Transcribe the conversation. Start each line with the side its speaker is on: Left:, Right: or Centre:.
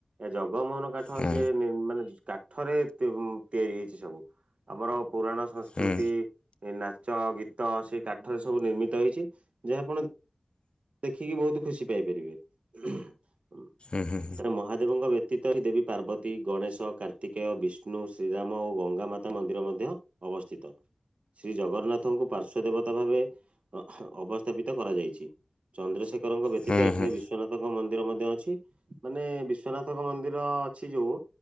Right: ଏ ଜଗମୋହନ କା ହଁ
Left: ହୁଁ
Right: ସେ ନି ମାନେ କାଠରେ ତିଆରି ହେଇଛି ସବୁ ଆମର ପୁରାଣ ଶା ସଂସ୍କୃତି,
Left: ହୁଁ
Right: ନାଚ, ଗୀତ ସେଇ କାଠରେ ସବୁ ନିର୍ମିତ ହେଇଛି ଯାହା ଫ ଦେଖିକି ବହୁତ୍ ଖୁସି ପାଇପାରିବେ <unintelligible>
Left: ହୁଁ ହୁଁ
Right: ମହାଦେବଙ୍କ ବ୍ୟତ ବ୍ୟତୀତ ଏହି ଦେବୀ ପାର୍ବତୀ, ଗଣେଶ, କାର୍ତ୍ତିକେୟ, ବିଷ୍ଣୁ, ଶ୍ରୀରାମ ଓ ଗଙ୍ଗା ମାତା ମନ୍ଦିର ମଧ୍ୟ ଅବସ୍ଥିତ। ଶ୍ରୀ ଜଗନ୍ନାଥଙ୍କୁ ପାର୍ଶ୍ଵ ଦେବତା ଭାବେ ଅବସ୍ଥାପିତ କରାଯାଇଛି। ଚନ୍ଦ୍ରଶେଖରଙ୍କ ବ୍ୟତୀତ
Left: ହୁଁ
Right: ଏଠାରେ
Left: ହୁଁ
Right: ବିଶ୍ଵନାଥଙ୍କ ମନ୍ଦିର ମଧ୍ୟ ଅଛି। ମାନେ ବିଶ୍ଵନାଥଙ୍କ ମନ୍ଦିର ଅଛି ଯୋଉ